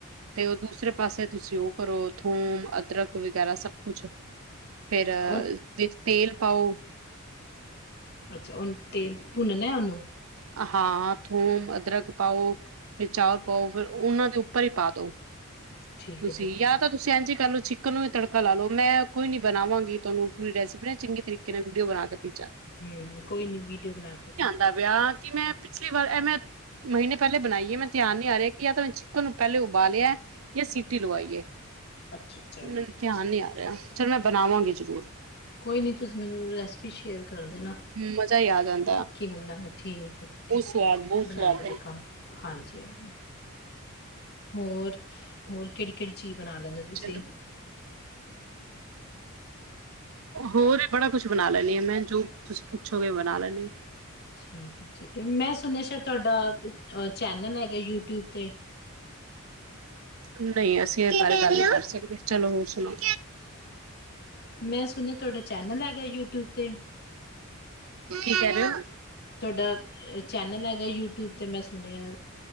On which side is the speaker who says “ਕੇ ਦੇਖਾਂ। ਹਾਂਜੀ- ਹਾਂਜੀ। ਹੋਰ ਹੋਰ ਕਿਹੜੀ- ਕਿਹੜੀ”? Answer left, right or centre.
Left